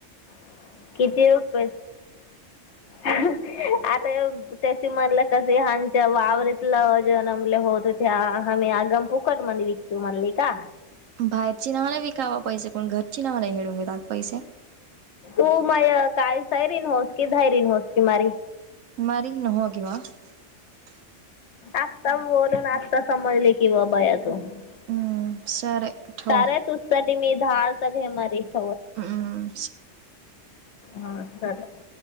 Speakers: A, on the left; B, on the right.
A: <unintelligible> <unintelligible>
B: <unintelligible>
A: ओ माय काळी सायरिन होस की, धायरीन होस ती मारी
B: <unintelligible>
A: <unintelligible> <unintelligible>
B: हम्म सरे ठेव
A: <unintelligible>
B: हम्म....
A: हा चालेल.